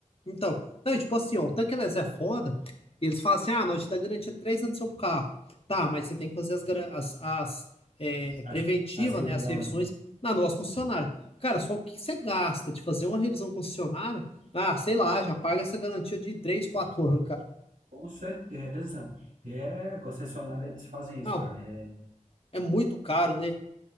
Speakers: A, on the left (about 45°); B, on the right (about 85°).
A: Então, não, e tipo assim, ó, o tanque eles é foda. Eles falam assim: ah, nós te dá garantia de três anos do seu carro. Tá, mas você tem que fazer as, garan- as, as é,
B: As,
A: preventivas,
B: as revisões.
A: né? As revisões na nossa concessionária. Cara, só o que você gasta de fazer uma revisão concessionária? Ah, sei lá, já paga essa garantia de três, quatro anos, cara.
B: Com certeza. É, concessionária, eles fazem isso,
A: Não,
B: cara. É,
A: é muito caro, né?